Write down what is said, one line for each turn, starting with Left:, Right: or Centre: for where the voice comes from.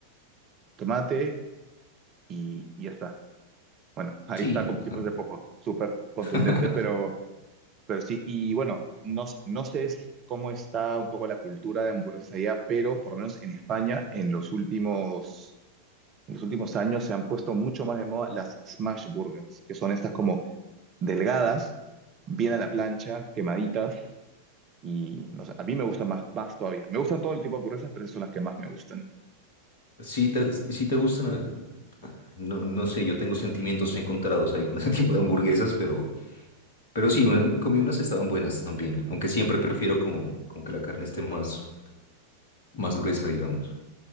Right: tomate y, y ya está. Bueno, ahí
Left: Sí,
Right: está como si fuese poco, súper contundente,
Left: <laughs>
Right: pero, pero sí. Y bueno, no, s- no sé es- cómo está un poco la cultura de hamburguesas allá, pero por lo menos en España, en los últimos en los últimos años se han puesto mucho más de moda las smash burgers, que son estas como delgadas, bien a la plancha, quemaditas, y no sé, a mí me gustan más, más todavía. Me gustan todo el tipo de hamburguesas, pero esas son las que más me gustan.
Left: sí te, sí te gustan, eh, no, no sé, yo tengo sentimientos encontrados ahí con <laughs> ese tipo de hamburguesas, pero... Pero sí, bueno, comí unas que estaban buenas también, aunque siempre prefiero como, como que la carne esté más, más gruesa, digamos.